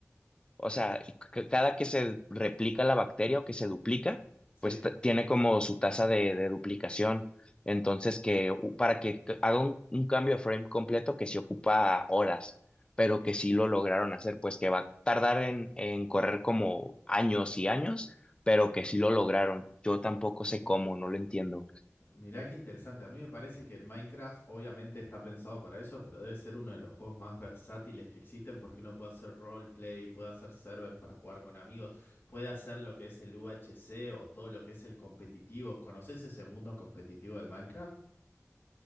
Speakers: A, on the left; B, on the left.
A: O sea, y c- cada que se replica la bacteria o que se duplica,
B: Sí.
A: pues t- tiene como su tasa de, de duplicación. Entonces, que u- para que c- haga un, un cambio de frame completo que se ocupa horas, pero
B: Mira.
A: que sí lo lograron hacer, pues que va a tardar en, en correr como años y años, pero que sí lo lograron. Yo tampoco sé cómo, no lo entiendo.
B: Mirá qué interesante. A mí me parece que el Minecraft obviamente está pensado para eso, pero debe ser uno de los juegos más versátiles que existen porque uno puede hacer roleplay, puede hacer servers para jugar con amigos, puede hacer lo que es el UHC o todo lo que es el competitivo. ¿Conoces ese mundo competitivo del Minecraft?